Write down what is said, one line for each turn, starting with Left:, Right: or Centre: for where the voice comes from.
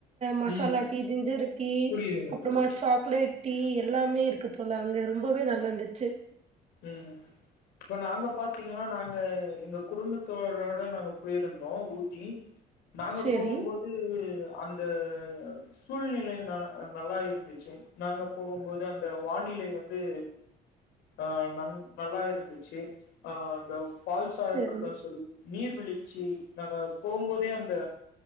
Right: மசாலா
Left: ம்
Right: டீ ஜிஞ்சர் டீ
Left: புரியுதுங்க
Right: அப்றோமா
Left: தோழி
Right: சாக் சாக்லேட் டீ எல்லாமே இருக்கு தோழா அங்கே ரொம்பவே நல்லா இருந்துச்சு
Left: ம் இப்ப நாங்க பாத்தீங்கன்னா நாங்க எங்க குடும்பத்தோரோட நாங்க போயிருந்தோ ஊட்டி நாங்க
Right: சேரி
Left: போகு போது அந்த சூழ்நிலை ந நல்லா இருந்துச்சு நாங்க போகுபோது அந்த வானிலை வந்து ஆ ந நல்லா இருந்துச்சு அ இந்த ஃபால்ஸா
Right: சேரி
Left: இருக்கட்டு சரி நீர்விழ்ச்சி நாங்க போம்போதே அந்த